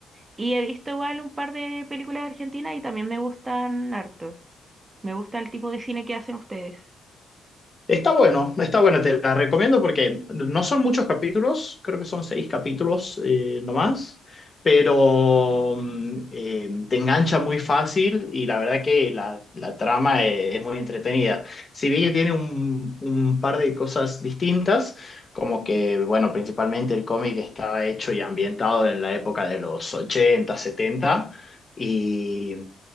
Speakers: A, on the right; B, on the left.
A: y he visto igual un par de películas argentinas y también me gustan harto. Me gusta el tipo de cine que hacen ustedes.
B: Está bueno, está bueno, te la recomiendo porque no son muchos capítulos, creo que son seis
A: Ujú.
B: capítulos eh, nomás, pero mm, eh, te engancha muy fácil y la verdad que la, la trama eh, es, muy entretenida. Si bien que tiene un, un par de cosas distintas, como que, bueno, principalmente el cómic estaba hecho y ambientado en la época de los 80, setenta Y